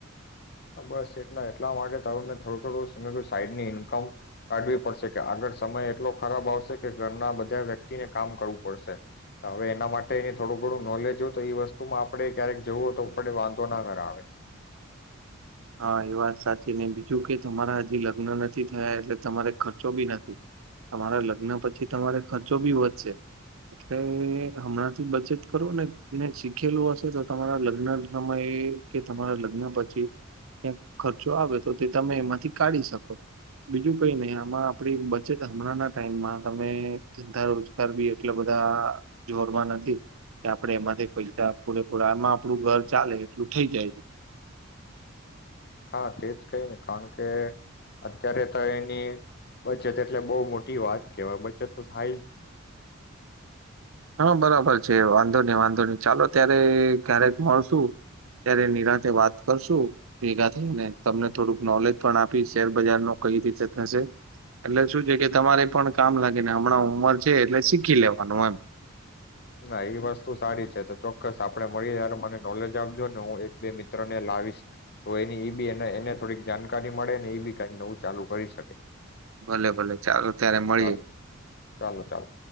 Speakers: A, on the left; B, on the right.
A: અહ બસ એટલા એટલા માટે તો હ મેં થોડું થોડું સમ સાઈડની ઈન્કમ કાઢવી પડશે કે આગળ સમય એટલો ખરાબ આવશે કે ઘરના બધા વ્યક્તિને કામ કરવું પડશે. તો હવે એના માટે એની થોડું ઘણું નોલેજ હોય તો એ વસ્તુમાં આપણે ક્યારેક જવું હો તો આપડ વાંધો ના કર આવે.
B: હા એ વાત સાચી ને બીજું કે તમારા હજી લગ્ન નથી થયા એટલે તમારે ખર્ચો બી નથી તમારા લગ્ન પછી તમારે ખર્ચો બી વધશે એટલે હમણાં થી બચત કરો ને એને શીખેલું હશે તો તમારા લગ્ન સમયે કે તમારા લગ્ન પછી ક્યાંક ખર્ચો આવે તો તે તમે એમાંથી કાઢી શકો. બીજું કઈ નહી આમાં આપણી બચત હમણાંના ટાઈમમાં તમે ધંધા રોજગાર બી એટલા બધા જોરમાં નથી કે આપણે એમાંથી પૈસા પૂરેપૂરા આમાં આપણું ઘર ચાલે એટલું થઈ જાય
A: હા તેજ કઈ ને કારણ કે અત્યારે તો એની બચત એટલે બહુ મોટી વાત કહેવાય બચત તો થાય જ
B: હા બરાબર છે વાંધો નહી વાંધો નહી ચાલો ત્યારે ક્યારેક મળશું ત્યારે નિરાથે વાત કરશું ભેગા થઈને તમને થોડુંક નોલેજ પણ આપી શેર બજાર નો કઈ રીતે થશે એટલે શું છે કે તમારે પણ કામ લાગેને હમણાં ઉંમર છે એટલે શીખી લેવાનું એમ.
A: ના એ વસ્તુ સારી છે તો ચોક્કસ આપણે મળીએ ત્યારે મને નોલેજ આપજો ને હું એક બે મિત્રને લાવીશ તો એની એ બી એને થોડીક જાણકારી મળે ને એ બી ક નવું ચાલુ કરી શકે.
B: ભલે ભલે ચાલો ત્યારે મળીએ.
A: ચાલો ચાલો, ચાલો.